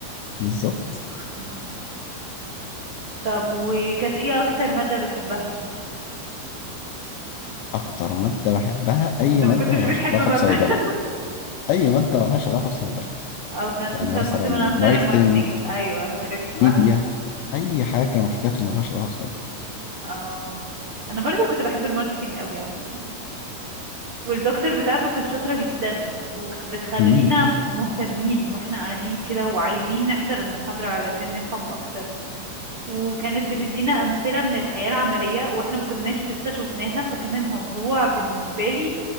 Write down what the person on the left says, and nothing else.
بالظبط
أكتر مادة بحبها أي
مادة
ملهاش
علاقة
بصيدلة
أي مادة ملهاش علاقة بصيدلة
يعني مثلا
ماركتينج
ميديا أي حاجة من الحاجات اللي ملهاش علاقة بصيدلة
مم.